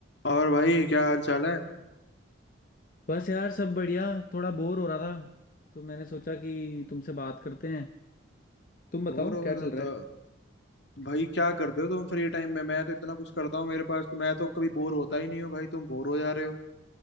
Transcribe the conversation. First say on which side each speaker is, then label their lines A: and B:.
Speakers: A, on the left; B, on the left.
A: और भाई क्या हाल चाल है
B: बस यार सब बढ़िया थोड़ा बोर हो रहा था तो मैंने सोचा कि तुमसे बात करते हैं तुम बताओ
A: बोर हो
B: क्या
A: रहा
B: चल रहा
A: था भाई क्या करते हो तुम फ्री टाइम में मैं तो इतना कुछ करता हूँ मेरे पास मैं तो कभी बोर होता ही नहीं हूँ भाई तुम बोर हो जा रहे हो